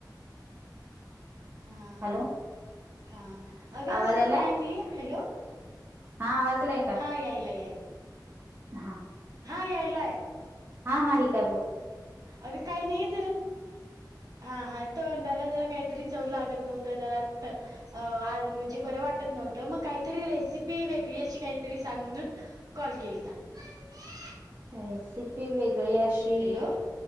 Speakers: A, on the right (about 55°); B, on the right (about 30°).
A: हा
B: हॅलो
A: हा अगं
B: आवाज
A: असंच
B: आलाय?
A: काय नाही हॅलो
B: हा आवाज आलाय का?
A: हा यायला यायल
B: हा
A: नाही यायला
B: हा हा ठीक आहे बोल.
A: अग काही नाहीये तर हा हा तोंडाला जरा काहीतरी चव लागत नव्हतं जरा आ म्हणजे बरं वा वाटत नव्हत म काहीत रेसिपी वेगळी अ काहीतरी सांग म्हणून कॉल केलता. <unintelligible>
B: रेसिपी वेगळी अशी
A: हॅलो